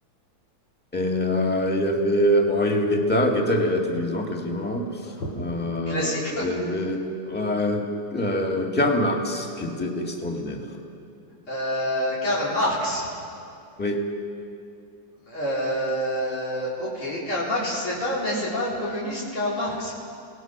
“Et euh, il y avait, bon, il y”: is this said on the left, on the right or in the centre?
Centre